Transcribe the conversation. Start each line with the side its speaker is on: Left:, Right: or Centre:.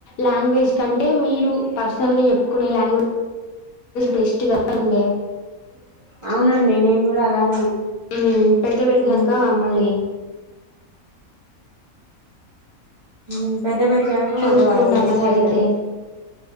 Left: లాంగ్వేజ్ కంటే మీరు పర్సనల్ గా చెప్పుకునే లాంగ్వేజ్ బెస్ట్ బస్టాండే
Right: అవునండి నేను కూడా అలానే
Left: ఓ పెద్దవరిగాక
Right: ఉమ్
Left: మళ్ళీ
Right: మ్మ్ పెద్ద పెరిగాక
Left: చూసుకోండి
Right: మళ్ళీ వాళ్లు గలీజ్గైతారు.
Left: అలా అయితే